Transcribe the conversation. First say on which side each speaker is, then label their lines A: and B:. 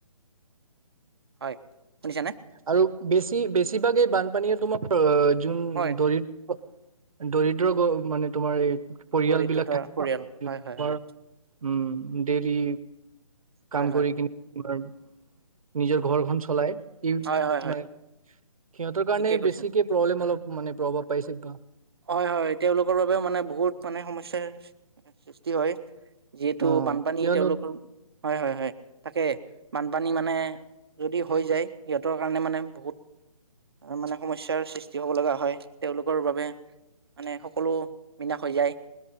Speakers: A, on the right; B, on the right.
A: হয়। শুনিছানে
B: আৰু বেছি বেছি কিবা কিবি এ বানপানীয়ে তোমাৰ যোন
A: হয়
B: দৰিদ্ৰ দৰিদ্ৰ গ মানে তোমাৰ এই পৰিয়াল
A: দৰিদ্ৰতাৰ
B: বিলাক থাকে
A: পৰিয়াল
B: আমাৰ
A: হয় হয় হয়
B: উম ডেইেলি কাম
A: হয়
B: কৰি
A: হয় হয়
B: কিনে বাৰু নিজৰ ঘৰখন চলাই ই
A: হয় হয় হয়
B: মানে সিহঁতৰ কাৰণে
A: ঠিকেই কৈছা
B: বেছিকে প্ৰব্লেম অলপ মানে প্ৰভাৱ পাইছে টো
A: হয় হয় তেওঁলোকৰ বাবেও মানে বহুত মানে সমস্যাৰ সৃষ্টি হয় যিহেতু
B: অ
A: বানপানী
B: কিয়নো
A: তেওঁলোকৰ হয় হয় হয় তাকে বানপানী মানে যদি হৈ যায় সিহঁতৰ কাৰণে মানে বহুত মানে সমস্যাৰ সৃষ্টি হ'ব লগা হয় তেওঁলোকৰ বাবে মানে সকলো বিনাশ হৈ যায়।